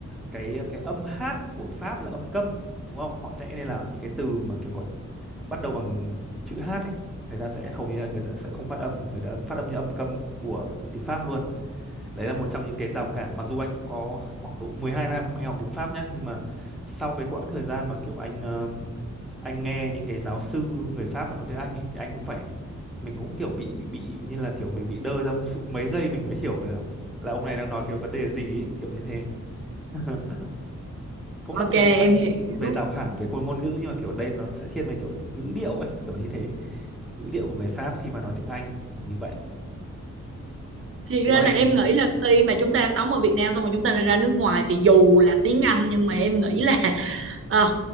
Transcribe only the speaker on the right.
Ok
em
hiểu.
Thì
ra
là
em nghĩ là khi mà chúng ta sống ở Việt Nam xong rồi chúng ta lại ra nước ngoài thì dù là tiếng Anh nhưng mà em nghĩ là <laughs> ờ,